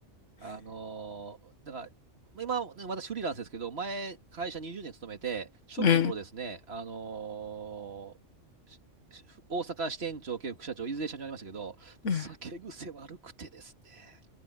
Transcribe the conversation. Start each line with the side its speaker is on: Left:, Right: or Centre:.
Right: あのーだから、今、ね、私フリーランスですけど、前、会社20年勤めて、初期の頃ですね、
Left: うん。
Right: あのーしし大阪支店長兼副社長、いずれ社長になりましたけど、もう酒癖悪くてですね。
Left: うん